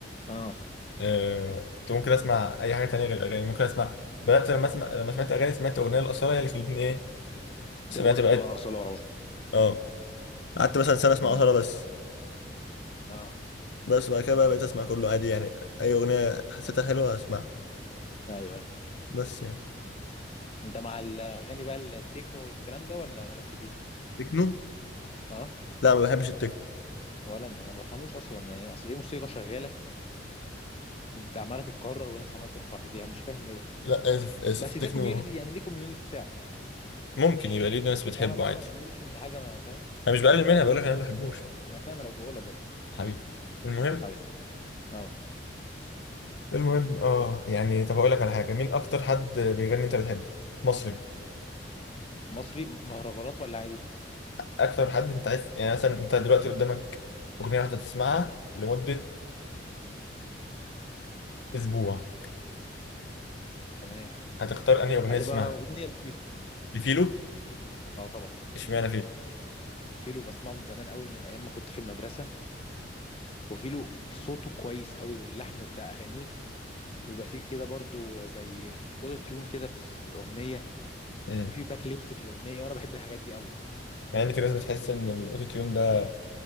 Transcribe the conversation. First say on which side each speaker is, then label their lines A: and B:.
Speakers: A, on the left; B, on the left.
A: اه
B: أه كنت ممكن اسمع اي حاجه تانية غير الاغاني ممكن اسمع بدات لما اسمع لما سمعت اغاني سمعت اغنيه الاصاله هي اللي خلتني ايه سمعت
A: تجر
B: بقيت
A: بقى اصاله ورا بعض
B: اه قعدت مثلا سنه اسمع
A: امم
B: اصاله بس
A: اه
B: بس بعد كده بقى بقيت اسمع كله عادي يعني اي اغنيه حسيتها حلوه اسمعها
A: ايوه ايوه
B: بس يعني
A: انت مع الاغاني بقى التكنو والكلام ده ولا مالكش فيه
B: تكنو
A: اه
B: لا ما بحبش التكنو
A: ولا انا انا ما بفهموش اصلا يعني اصل ايه موسيقى شغاله وعماله تتكرر والناس عماله ترفع ايديها مش فاهم ايه ده
B: لا اسف اسف
A: بس
B: التكنو
A: ده كوميونتي يعني دي كوميونتي بتاعه
B: ممكن يبقى ليه ناس بتحبه
A: فاحنا برضو
B: عادي
A: ما نقللش من حاجه ما فاهم
B: انا مش بقلل منها بقول لك انا ما بحبوش
A: انا فاهم انا بقول لك برضو
B: حبيبي المهم
A: حبيبي اه
B: المهم اه يعني طب اقول لك على حاجه مين اكتر حد بيغني انت بتحبه مصري
A: مصري م- مهرجانات ولا عادي
B: اكتر حد انت عايز يعني مثلا انت دلوقتي قدامك اغنيه واحده تسمعها لمده اسبوع
A: تمام
B: هتختار انهي اغنيه
A: هتبقى
B: تسمعها
A: اغنيه لفيلو
B: لفيلو
A: اه طبعا
B: اشمعنى فيلو
A: فيلو بسمعه من زمان قوي من ايام ما كنت في المدرسه وفيلو صوته كويس قوي واللحن بتاع اغانيه ويبقى فيه كده برضو زي اوتو تيون كده في الس- في الاغنيه
B: امم
A: وفي باك ليبس في الاغنيه وانا بحب الحاجات دي قوي
B: مع ان في ناس بتحس ان الاوتو تيون ده